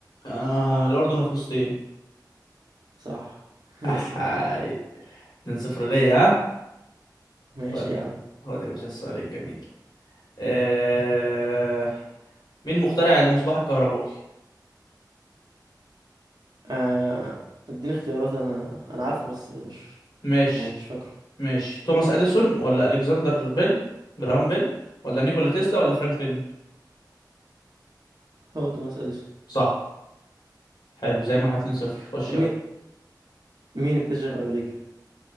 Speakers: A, on the left; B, on the right.
A: آه الأردن وفلسطين
B: صح <laughs>
A: أحاي
B: اسأل
A: 2-0 ليا ها؟
B: ماشي
A: خد
B: يا عم
A: خد يا باشا السؤال الجميل آه... مين مخترع المصباح الكهربائي؟
B: آه، اديني اختيارات انا انا عارفه بس مش
A: ماشي
B: يعني مش فاكره
A: ماشي توماس أديسون ولا ألكسندر بيل جراهام بيل ولا نيكولا تسلا ولا فرانكلين؟
B: هو توماس اديسون
A: صح حلو زي ما احنا 2-0 خش
B: طب
A: يلا
B: مي- مين اكتشف امريكا